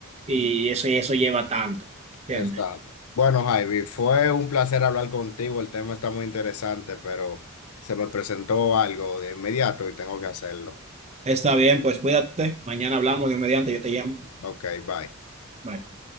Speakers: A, on the right; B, on the left.
A: y eso y eso lleva tanto, ¿entiendes?
B: Exacto. Bueno, Javi, fue un placer hablar contigo. El tema está muy interesante, pero se me presentó algo de inmediato y tengo que hacerlo.
A: Está bien, pues cuídate. Mañana hablamos, Dios mediante, yo te llamo.
B: Ok, bye.
A: Bye.